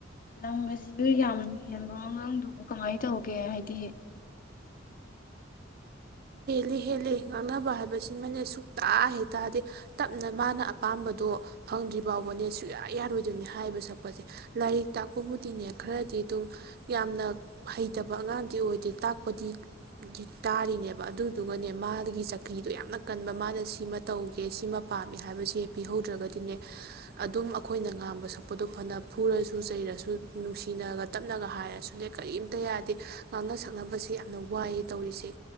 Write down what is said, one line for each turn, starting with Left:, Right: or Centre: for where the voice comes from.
Left: ꯂꯝ ꯑꯁꯤꯁꯨ ꯌꯥꯝ ꯍꯦꯟꯕ꯭ꯔꯣ ꯑꯉꯥꯡꯗꯨꯕꯨ ꯀꯃꯥꯏꯅ ꯇꯧꯒꯦ ꯍꯥꯏꯗꯤ
Right: ꯂꯦ ꯍꯦꯜꯂꯦ ꯉꯥꯡꯅꯕ ꯍꯥꯏꯕꯁꯤꯃꯅꯦ ꯁꯨꯛꯇ ꯍꯦꯛ ꯇꯥꯗꯦ ꯇꯞꯅ ꯃꯥꯅ ꯑꯄꯥꯝꯕꯗꯣ ꯐꯪꯗ꯭ꯔꯤ ꯕꯥꯎꯕꯅꯦ ꯁꯨꯛꯌꯥ ꯌꯥꯔꯣꯏꯗꯣꯏꯅꯦ ꯍꯥꯏꯕ ꯁꯛꯄꯖꯦ ꯂꯥꯏꯔꯤꯛ ꯇꯥꯛꯄꯕꯨꯗꯤꯅꯦ ꯈꯔꯗꯤ ꯑꯗꯨꯝ ꯌꯥꯝꯅ ꯍꯩꯇꯕ ꯑꯉꯥꯡꯗꯤ ꯑꯣꯏꯗꯦ ꯇꯥꯛꯄꯗꯤ ꯇꯥꯔꯤꯅꯦꯕ ꯑꯗꯨꯗꯨꯒꯅꯦ ꯃꯥꯒꯤ ꯆꯀ꯭ꯔꯤꯗꯣ ꯌꯥꯝꯅ ꯀꯟꯕ ꯃꯥꯅ ꯁꯤꯃ ꯇꯧꯒꯦ ꯁꯤꯃ ꯄꯥꯝꯃꯦ ꯍꯥꯏꯕꯖꯦ ꯄꯤꯍꯧꯗ꯭ꯔꯒꯗꯤꯅꯦ ꯑꯗꯨꯝ ꯑꯩꯈꯣꯏꯅ ꯉꯥꯡꯕ ꯁꯛꯄꯗꯣ ꯐꯅ ꯐꯨꯔꯁꯨ ꯆꯩꯔꯁꯨ ꯅꯨꯡꯁꯤꯅꯒ ꯇꯞꯅꯒ ꯍꯥꯏꯔꯁꯨꯅꯦ ꯀꯔꯤꯝꯇ ꯌꯥꯗꯦ ꯉꯥꯡꯅ ꯁꯛꯅꯕꯁꯦ ꯌꯥꯝꯅ ꯋꯥꯏꯑꯦ ꯇꯧꯔꯤꯁꯦ